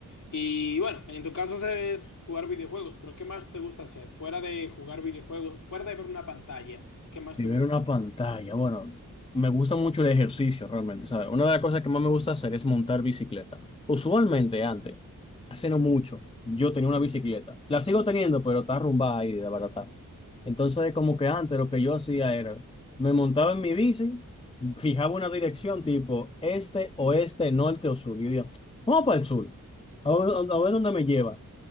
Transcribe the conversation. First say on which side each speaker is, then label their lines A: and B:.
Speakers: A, on the left (about 65°); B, on the left (about 15°).
A: Y bueno, en tu caso es jugar videojuegos, pero ¿qué más te gusta hacer? Fuera de jugar videojuegos, fuera de ver una pantalla, ¿qué más
B: De
A: te gusta
B: ver una pantalla, bueno, me gusta mucho el ejercicio realmente, ¿sabes? Una de las cosas que más me gusta hacer es montar bicicleta. Usualmente antes,
A: hacer?
B: hace no mucho, yo tenía una bicicleta. La sigo teniendo, pero está arrumbada ahí, de barata. Entonces, como que antes lo que yo hacía era, me montaba en mi bici, fijaba una dirección tipo este, oeste, norte o sur. Y yo decía, vamos para el sur, a ver, a ver dónde me lleva.